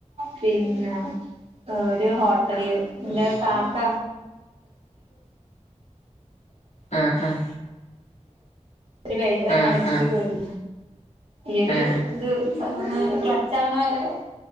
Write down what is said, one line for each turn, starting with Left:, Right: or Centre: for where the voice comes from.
Right: പിന്നെ ഒരു ഹോട്ടല് എന്റെ കാക്ക
Left: ആഹ് ആഹ്
Right: ഒരു വൈറ്ററെ
Left: ആഹ്
Right: കണ്ട്
Left: ആഹ്
Right: ജസ്റ്റ്
Left: ആഹ്
Right: കേറ ഈര്
Left: ആഹ്
Right: ഇത് ക്ലച്ച് ആവണ വേരെ